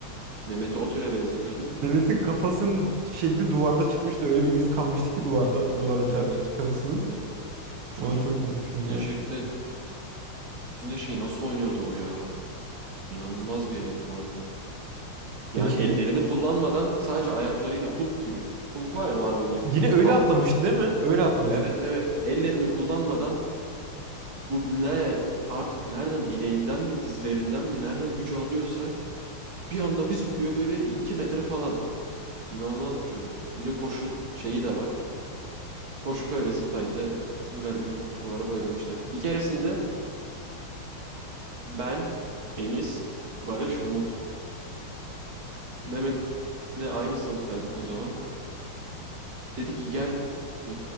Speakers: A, on the right; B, on the right.
A: Mehmet'i o türe benzetiyorduk.
B: Mehmet'in kafasının şekli duvarda çıkmıştı. Öyle bir iz kalmıştı ki duvarda. Duvara çarptı
A: Evet.
B: içi kafasını.
A: Evet. Bu Çocuk
B: Ona çok gülmüşüm
A: uzun
B: ya.
A: eşekte uzun eşeği nasıl oynuyordu o ya? İnanılmaz bir herif bu arada. Yani
B: Peki
A: ellerini kullanmadan sadece ayaklarıyla Hulk gibi. Hulk var ya Marvel'daki
B: yine öyle
A: Hulk.
B: atlamıştı değil mi? Öyle atlamıştı.
A: Evet evet. Ellerini kullanmadan bu ne artık nereden bileğinden mi dizlerinden mi nereden gücü alıyorsa bir anda bir zıplıyor böyle iki metre falan. İnanılmaz bir çocuk. Bir de koşu şeyi de var. Koşup öyle zıplayınca garibim duvara boylamıştı. Bir keresinde ben, Enis, Barış, Umut. Mehmet de aynı sınıftaydık o zaman. Dedi ki gel e,